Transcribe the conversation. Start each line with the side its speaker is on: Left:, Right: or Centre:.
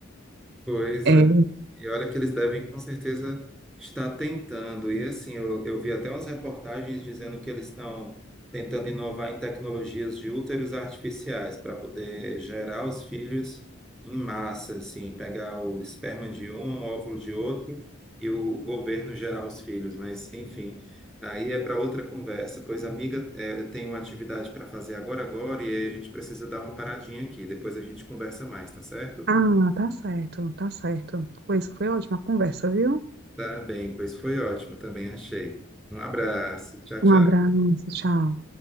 Centre: Pois
Right: É.
Centre: E olha que eles devem com certeza estar tentando. E assim, eu, eu vi até umas reportagens dizendo que eles estão tentando inovar em tecnologias de úteros artificiais para poder gerar os filhos em massa, assim, pegar o esperma de um, o óvulo de outro e o governo gerar os filhos. Mas, enfim, aí é para outra conversa. Pois, amiga, eh, eu tenho uma atividade para fazer agora, agora, e aí a gente precisa dar uma paradinha aqui. Depois a gente conversa mais, tá certo?
Right: Ah, tá certo, tá certo. Pois foi ótima a conversa, viu?
Centre: Tá bem, pois foi ótimo, também achei. Um abraço, tchau, tchau.
Right: Um abraço, tchau.